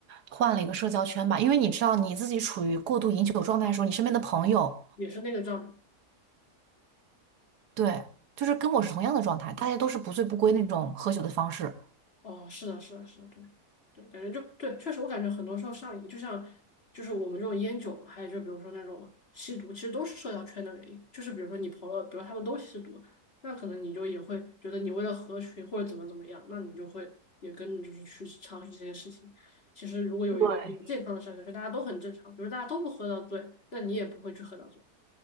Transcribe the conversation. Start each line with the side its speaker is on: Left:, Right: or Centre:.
Right: 换了一个社交圈吧。因为你知道你自己处于过度饮酒状态的时候，你身边的朋友，
Left: 也是那个状态
Right: 对，就是跟我是同样的状态，大家都是不醉不归那种喝酒的方式。
Left: 哦，是的，是的，是的，对，对，感觉就对，确实，我感觉很多时候上瘾，就像就是我们这种烟酒，还有就比如说那种吸毒，其实都是社交圈的原因。就是比如说你朋友，比如他们都吸毒，那可能你就也会觉得你为了合群或者怎么怎么样，那你就会也跟着就是去尝试这些事情。其实如果有一个比较健康的社交圈，
Right: 对，
Left: 大家都很正常，比如大家都不喝到醉，那你也不会去喝到醉。